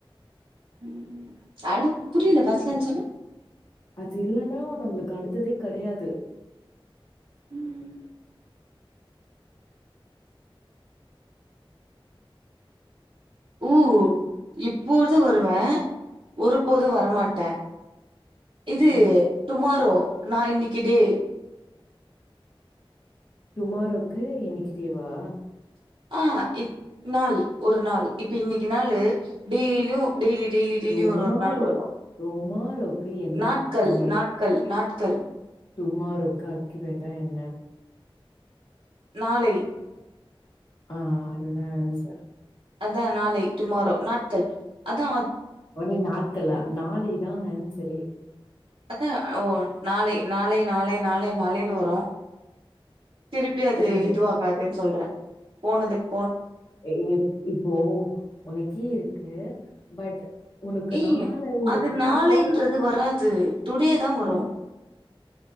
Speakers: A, on the right; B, on the left.
A: உம் அடு புரில ஃபஸ்ட்ல இருந்து சொல்லு
B: அது இல்லன்னா நம்மளுக்கு அடுத்ததே கெடையாது
A: உம் ஊ இப்போது வருவ ஒருபோது வரமாட்ட இது
B: ம்
A: டுமாரோ நா இன்னைக்குடே
B: டுமாரோக்கு இன்னைக்கு டேவா
A: ஆஹ் இ நாள் ஒரு நாள் இப்ப இன்னைக்கு நாளு டெய்லியு டெய்லி டெய்லி டெய்லி
B: டுமாரு
A: ஒரு ஒரு நாள் வரு
B: டுமாரோக்கு என்ன
A: நாட்கள்
B: தமிழ்?
A: நாட்கள் நாட்கள்
B: டுமாரோக்கு அக்யூரேட்டா என்ன
A: நாளை
B: ஆஹ் அதுதா ஆன்சர்
A: அதா நாளை டுமாரோ நாட்கள் அதா
B: ஒனி நாட்களா நாளைதா ஆன்சரே
A: அதா ஓ நாளை நாளை நாளை நாளை நாளைனு வரு திருப்பி அது
B: ம்
A: இதுவாகாதுன்னு சொல்ற போனதுக்
B: ஏ இப் இப்போ உனக்கீ இருக்கு பட் உனக்கு
A: ஏய்
B: நாள
A: அது
B: எப்டி
A: நாளைன்றது
B: இருக்கு
A: வராது. டுடே தா வரு
B: ம்